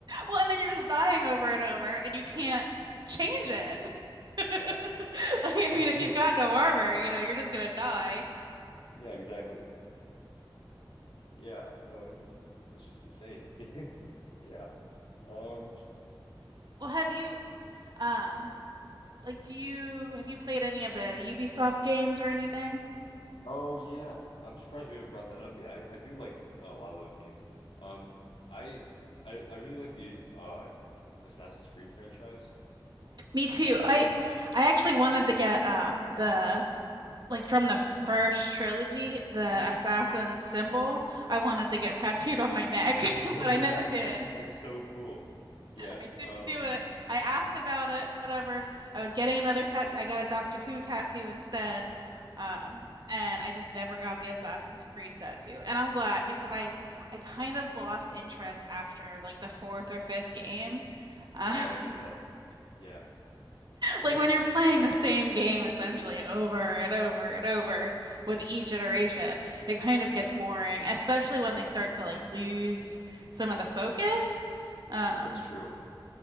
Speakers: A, on the right (about 55°); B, on the left (about 85°).
A: Well, and then you're just dying over and over and you can't change it. <laughs>
B: Yeah.
A: Like, I
B: <laughs>
A: mean, if
B: Yeah.
A: you've got no armor, you know, you're just gonna die.
B: Yeah, exactly. Yeah. No, it's just it's just insane. <laughs> Yeah. Um,
A: Well, have you, um, like, do you have you played any of the Ubisoft games or anything?
B: oh yeah. I'm surprised we haven't brought that up yet. I, I do like oh, a lot of those games. Um, I I I really like the uh Assassin's Creed franchise.
A: Me too.
B: I
A: I I actually wanted to get um the like from the first trilogy, the assassin symbol, I wanted to get tattooed on my neck, <laughs>
B: <laughs>
A: but
B: Oh yeah.
A: I never did.
B: That's so cool. Yeah.
A: I didn't
B: Um,
A: do it. I asked about it and whatever. I was getting another tattoo. I got a Doctor Who tattoo instead. Um, and I just never got the Assassin's Creed tattoo. And I'm glad because I I kind of lost interest after like the fourth or fifth game. Uh,
B: oh, I
A: <laughs>
B: get that. Yeah. <laughs>
A: like when you're playing the same game essentially over and over and over with each iteration, it kind of
B: Yeah,
A: gets boring, especially when they start to like lose some of the focus. Um,
B: that's true.